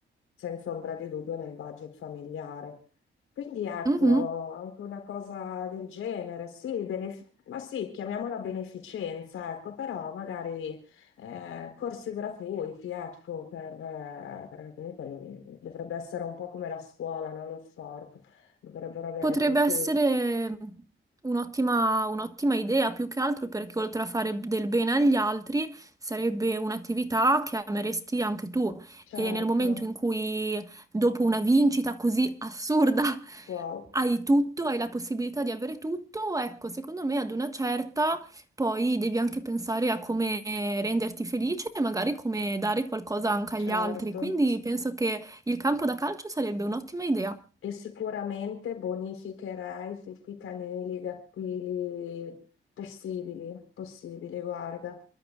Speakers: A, on the left; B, on the right.
A: senza ombra di dubbio nel budget familiare. Quindi ecco,
B: Mhm.
A: anche una cosa del genere, sì, benef- ma sì, chiamiamola beneficenza, ecco, però magari eh, corsi gratuiti, ecco, per, eh, perché comunque lo- dovrebbe essere un po' come la scuola, no? Lo sport, dovrebbero avere
B: Potrebbe
A: tutti,
B: essere un'ottima un'ottima idea, più che altro perché oltre a fare del bene agli altri, sarebbe un'attività che ameresti anche tu.
A: certo,
B: E nel momento in cui, dopo una vincita così assurda, <laughs>
A: wow,
B: hai tutto, hai la possibilità di avere tutto, ecco, secondo me ad una certa poi devi anche pensare a come renderti felice e magari come dare qualcosa anche
A: certo.
B: agli altri. Quindi penso che il campo da calcio sarebbe un'ottima idea.
A: E sicuramente bonificherai tutti i fitti canili, i aquili possibili, possibili, guarda,